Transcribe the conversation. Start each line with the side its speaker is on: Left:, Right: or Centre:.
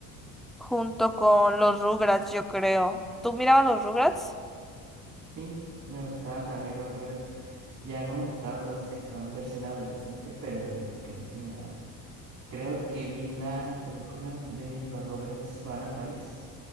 Centre: junto con los Rugrats, yo creo. ¿Tú mirabas los Rugrats?
Right: Sí, me gustaban también los olores, ya no me gustaban los que son versión adolescente, pero de pequeño sí me daba. Creo que vi la película de los Rugrats van a París